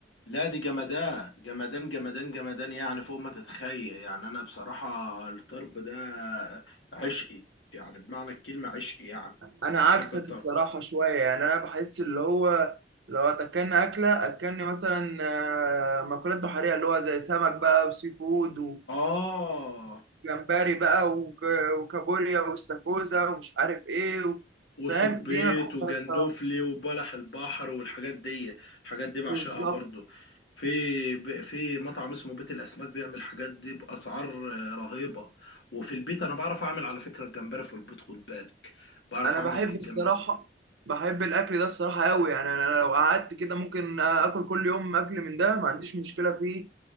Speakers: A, on the left; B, on the right.
A: لا دي جمدان جمدان جمدان جمدان يعني فوق ما تتخيل يعني انا بصراحة الطرب ده عشقي يعني بمعنى الكلمة عشقي يعني
B: انا عكسك
A: بحب الطرب
B: الصراحه شويه يعني انا بحس اللي هو لو اكلنا اكله اكلني مثلا آه، مأكولات بحريه اللي هو زي سمك بقى وسي فود و...
A: اه
B: وجمبري بقى وك... وكابوريا واستاكوزا ومش عارف ايه و...
A: وصبيت
B: فاهم دي انا بحبها
A: وجندوفلي
B: الصراحه
A: وبلح البحر والحاجات دي الحاجات دي بعشقها
B: بالظبط
A: برضو في ب- في مطعم اسمه بيت الاسماك بيعمل الحاجات دي باسعار آه، رهيبه وفي البيت انا بعرف اعمل على فكره الجمبري في البيت خد بالك بعرف
B: انا
A: اعمل
B: بحب
A: الجمبري
B: الصراحه بحب الاكل ده الصراحه قوي يعني انا أنا لو قعدت كده ممكن اكل كل يوم اكل من ده ما عنديش مشكله فيه